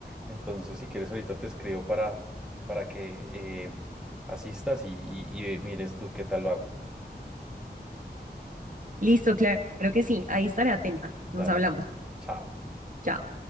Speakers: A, in the centre; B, on the right (about 50°).
A: Entonces, si quieres, ahorita te escribo para, para que eh, asistas y, y y mires tú qué tal lo hago.
B: Listo, claro que sí. Ahí estaré atenta. Nos
A: Dale.
B: hablamos.
A: Chao.
B: Chao.